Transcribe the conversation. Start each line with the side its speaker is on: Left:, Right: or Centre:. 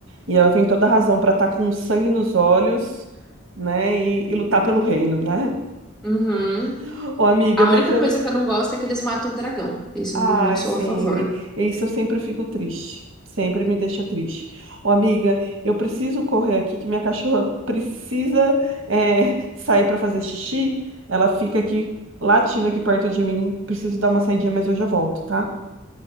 Right: e ela tem toda a razão pra estar com sangue nos olhos, né, e, e lutar pelo reino, né?
Centre: Uhum.
Right: <laughs> Ô, amiga,
Centre: A
Right: mas
Centre: única
Right: eu...
Centre: coisa que eu não gosto é que eles matam o dragão. Isso
Right: Ai,
Centre: eu não, não sou
Right: sim,
Centre: a favor.
Right: isso eu sempre fico triste. Sempre me deixa triste. Ô, amiga, eu preciso correr aqui que minha cachorra <laughs> precisa é, sair pra fazer xixi. Ela fica aqui latindo aqui perto de mim. Preciso dar uma saidinha, mas eu já volto, tá?